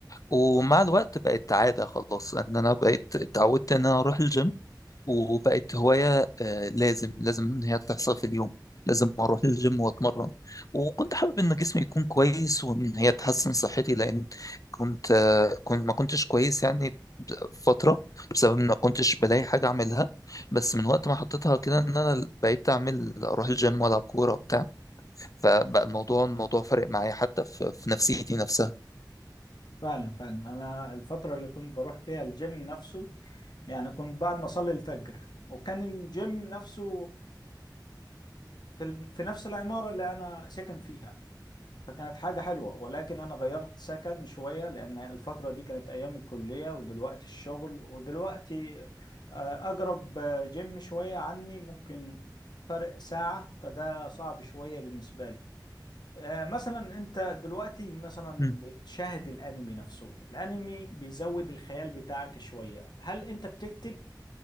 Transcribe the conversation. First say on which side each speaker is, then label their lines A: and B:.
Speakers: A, on the left (about 50°); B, on the left (about 65°).
A: ومع الوقت بقت عادة خلاص إن أنا بقيت اتعودت إن أنا أروح الجيم وبقت هواية آه، لازم لازم إن هي تحصل في اليوم لازم أروح الجيم وأتمرن وكنت حابب إن جسمي يكون كويس وإن هي تحسن صحتي لأن كنت آه، كنت ما كنتش كويس يعني فترة بسبب إن ما كنتش بلاقي حاجة أعملها بس من وقت ما حطيتها كده إن أنا بقيت أعمل أروح الجيم وألعب كورة وبتاع فبقى الموضوع الموضوع فارق معايا حتى في في نفسيتي نفسها
B: فعلا فعلا انا الفترة اللي كنت بروح فيها الجيم نفسه يعني كنت بعد ما اصلي الفجر وكان الجيم نفسه في ال- في نفس العمارة اللي أنا ساكن فيها فكانت حاجة حلوة ولكن أنا غيرت سكن شوية لأن الفترة دي كانت أيام الكلية ودلوقتي الشغل ودلوقتي آه، أقرب آه، جيم شوية عني ممكن فرق ساعة فده صعب شوية بالنسبة لي آه، مثلا أنت دلوقتي مثلا
A: م-
B: بتشاهد الأنمي نفسه الأنمي بيزود الخيال بتاعك شوية هل أنت بتكتب